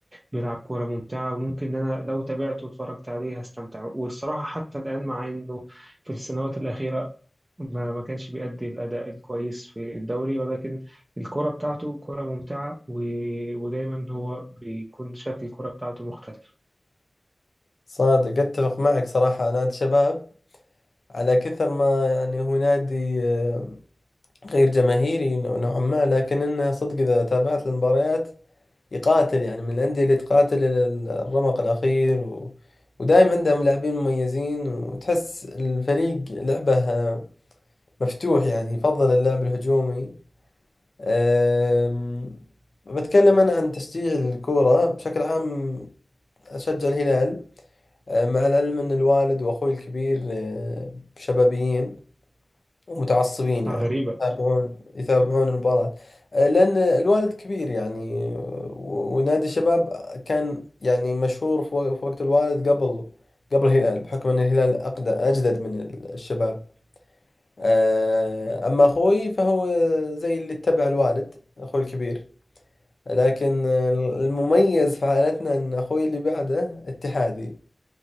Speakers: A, on the right; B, on the left.
A: بيلعب كورة ممتعة وممكن إن أنا لو تابعته واتفرجت عليه هستمتع والصراحة حتى الآن مع إنه في السنوات الأخيرة ما ما كانش بيأدي الأداء الكويس في الدوري ولكن الكرة بتاعته كرة ممتعة و... ودايما هو بيكون شكل الكرة بتاعته مختلف
B: صادق اتفق معك صراحة نادي الشباب على كثر ما يعني هو نادي آه، غير جماهيري نوع- نوعا ما لكن انه صدق اذا تابعت المباريات يقاتل يعني من الأندية اللي تقاتل إلى الرمق الأخير و... ودايم عندهم لاعبين مميزين وتحس الفريق لعبه آه، مفتوح يعني يفضل اللعب الهجومي أم، بتكلم أنا عن تشجيع الكورة بشكل عام أشجع الهلال أه، مع العلم أن الوالد وأخوي الكبير أه، شبابيين ومتعصبين
A: آه،
B: يعني
A: غريبة
B: يتابعون يتابعون المباراة أه، لأن الوالد كبير يعني و- ونادي الشباب كان يعني مشهور في وق- في وقت الوالد قبل قبل الهلال بحكم أن الهلال أقدم أجدد من الشباب أه، أما أخوي فهو زي اللي اتبع الوالد أخوي الكبير لكن المميز في عائلتنا ان اخوي اللي بعده اتحادي